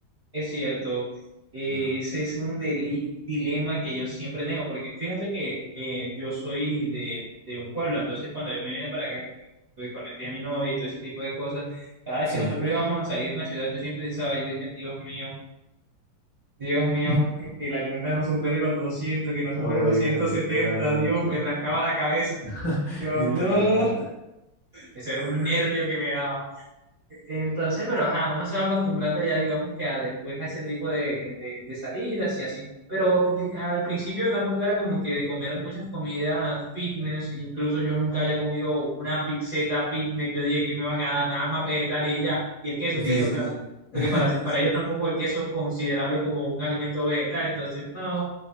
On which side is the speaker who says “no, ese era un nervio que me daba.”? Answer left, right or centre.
Right